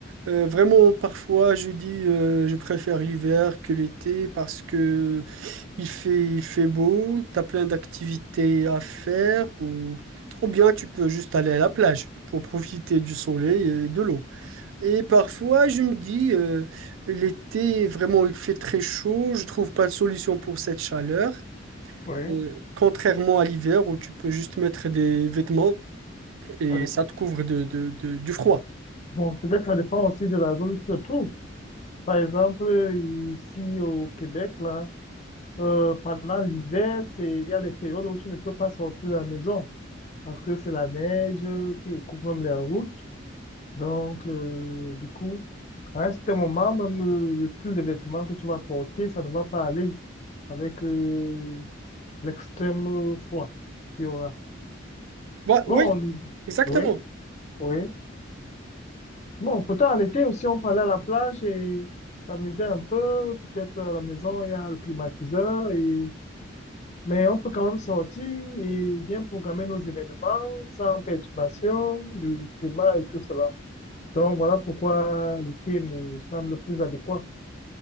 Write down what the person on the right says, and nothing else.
euh, vraiment parfois je dis euh, je préfère l'hiver que l'été parce que il fait, il fait beau, t'as plein d'activités à faire ou, ou bien tu peux juste aller à la plage pour profiter du soleil et de l'eau. Et parfois, je me dis, euh, l'été, vraiment, il fait très chaud, je trouve pas de solution pour cette chaleur.
Euh, contrairement à l'hiver où tu peux juste mettre des vêtements et
ça te couvre de, de- de- du froid.
Ouais,
oui, exactement.